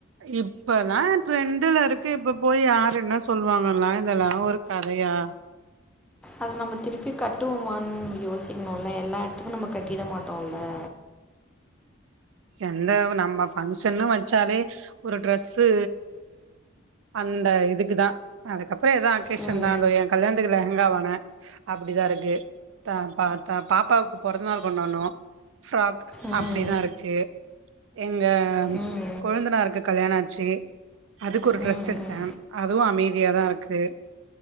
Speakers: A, on the right; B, in the centre.
A: இப்பல்லா ட்ரெண்டுல இருக்கு இப்ப போய் யார் என்ன சொல்லுவாங்கல்லா இதெல்லா ஒரு கதையா
B: அத நம்ப திருப்பி கட்டுவோமான் யோசிக்ணுல எல்லா இடத்துக்கு நம்ப கட்டிட மாட்டோல <inaudible>
A: எந்த நம்ம பஃங்க்ஷன்னு வச்சாலே ஒரு ட்ரெஸ்ஸு அந்த இதுக்குதா அதுக்கப்ற எதா அக்கேஷன்தா
B: ம்
A: அந்த ஏ கல்யாண்த்துக்கு லெஹெங்கா வான அப்டிதா இருக்கு த பா த பாப்பாவுக்கு பொறந்த நாள் கொண்டான்னோ பிஃராக்கு
B: ம்
A: அப்டிதா
B: ம்
A: இருக்குது எங்க
B: ம்
A: கொழுந்தனாருக்கு கல்யாண ஆச்சி அதுக்கொரு
B: ம் ம்
A: ட்ரெஸ் எடுத்த
B: ம்
A: அதுவு அமைதியாதாருக்கு